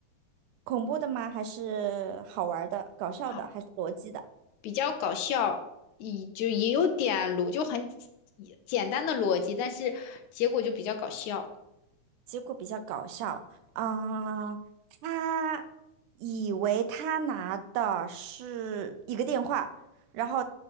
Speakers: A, on the right; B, on the left.
A: 恐怖的吗？还是好玩儿的、搞笑的，
B: 好，
A: 还是逻辑的？
B: 比较搞笑，也就也有点逻，就很简简单的逻辑，但是结果就比较搞笑。
A: 结果比较搞笑啊、他以为他拿的是一个电话，然后